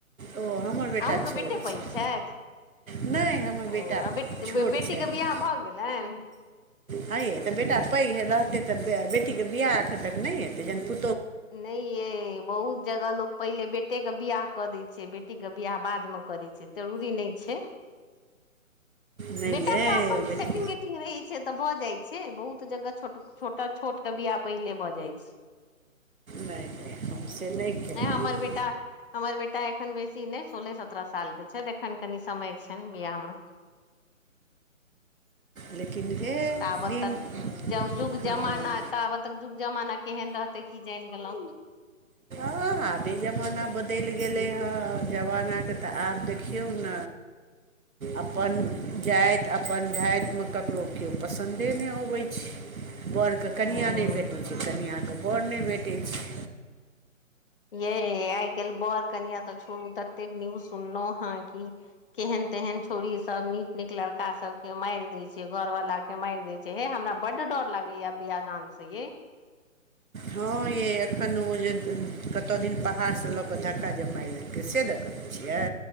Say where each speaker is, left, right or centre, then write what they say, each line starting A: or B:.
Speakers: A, on the right (about 85°); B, on the left (about 40°).
A: ओ हमर बेटा
B: अहूँके
A: छोट
B: बेटे पैघ
A: छै
B: छथि
A: नहि हमर
B: ओ
A: बेटा
B: आ बे
A: छोट
B: बेटीके
A: छथि
B: बियाह भऽ गेलनि
A: हँ यै तऽ बेटा पैघ रहतै तऽ बेटीके बियाह एखन तक नहि हेतै जहन पु
B: नहि यै बहुत जगह लोक पहिले बेटी बेटेके बियाह कऽ दै छै बेटीके बियाह बादमे करै छै जरूरी नहि छै
A: नहि
B: बेटा
A: ये
B: कऽ अपन
A: बेटी
B: सेटिंग गेटिंग रहैत छै तऽ भऽ जाइ छै बहुत जगह छो छोटा छोट केँ बियाह पहिले भऽ जाइ छै
A: नहि नहि हम से नहिकेलक
B: नहि हमर बेटा
A: <inaudible>
B: हमर बेटा एखन बेसी नहि सोलह सत्रह साल के छथि एखन कनि समय छनि बियाहमे
A: लेकिन हे
B: <inaudible> तबत
A: दिन
B: तक जब जुग
A: हँ
B: जमाना ताब तक जुग जमाना केहन रहत तऽ की जन गेलौ
A: हँ आबे जमाना बदैल गेलै हँ जमानाकेँ तऽ आब देखियौ न अपन जाइत अपन भाइत मे ककरो केओ पसन्दे नहि अबै छै बर के कनिआँ
B: ह
A: नै भेटै छै कनिआँ के बर नै भेटै छै
B: ये आइ काल्हि बड़ कनिया तऽ छोड़ू ततेक न्यूज सुनलहु हं कि केहेन तेहन छौरी सब नीक नीक लड़का सब केँ माइर देै छै घर वाला के माइर देय छै हे हमरा बड्ड डर लागैया बियाह दान से यै
A: हँ यै एखन ओ जे कतऽ दिन पहाड़सँ लऽ कऽ धक्का जे माइर देलकै से दऽ कहै छियै